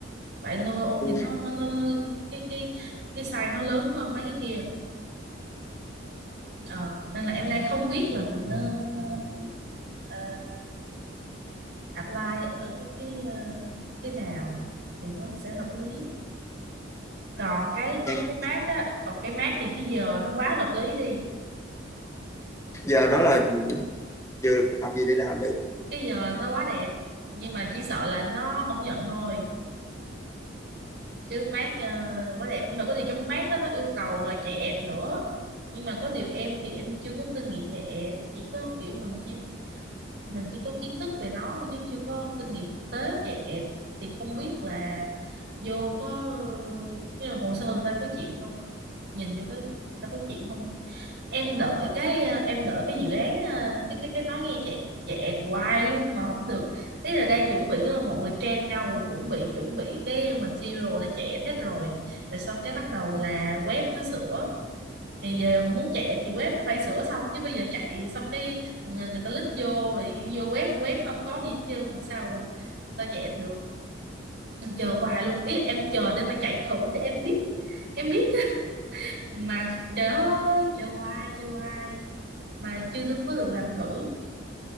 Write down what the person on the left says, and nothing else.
ừ.
em
giờ đó là vừa học gì để làm được